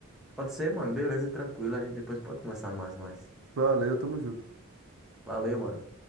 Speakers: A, in the centre; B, on the right (about 65°).
A: Pode ser, mano. Beleza, tranquilo. A gente depois pode conversar mais, mais.
B: Valeu, tamo junto.
A: Valeu, mano.